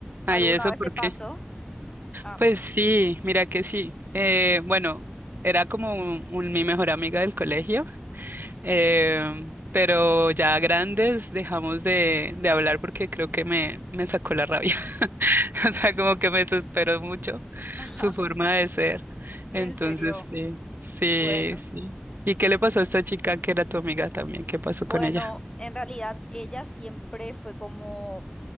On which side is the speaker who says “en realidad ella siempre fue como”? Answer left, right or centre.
Left